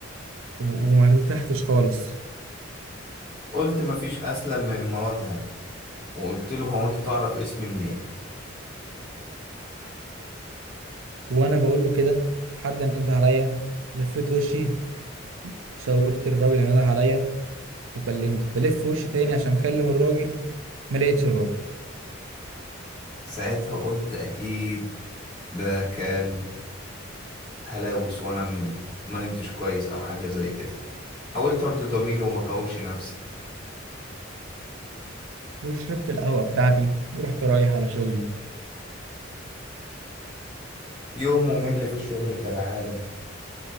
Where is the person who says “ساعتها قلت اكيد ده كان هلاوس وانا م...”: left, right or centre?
Left